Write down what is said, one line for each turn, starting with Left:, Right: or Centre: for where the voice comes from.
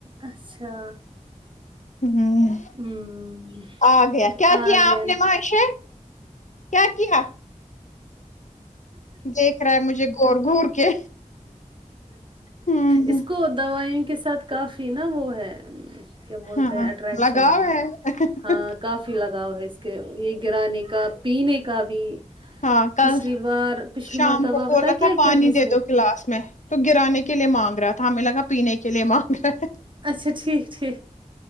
Right: اچھا
Left: ہوں
Right: ہوں
Left: آ گیا کیا
Right: آ
Left: کیا
Right: گیا
Left: آپ نے مہاشے کیا کیا دیکھ رہا ہے مجھے گور گھور کے ہوں
Right: اس کو دوائیوں کے ساتھ کافی نا وہ ہے وں کیا بولتے
Left: ہاں
Right: ہیں اٹریکشن
Left: لگاؤ
Right: ہے
Left: ہے
Right: ہاں کا فی لگاؤ ہے اس کے یہ گرانے کا پینے کا بھی
Left: ہاں کل
Right: پچھلی بار پچھلی
Left: شام
Right: مرتبہ
Left: کو بول
Right: پتا ہے
Left: رہا
Right: کیا
Left: تھا پانی
Right: کیا اس
Left: دے
Right: نے
Left: دو گلاس میں تو گرانے کے لیے مانگ رہا تھا ہمیں لگا پینے کے لیے مانگ رہا ہے
Right: اچھا ٹھیک ٹھیک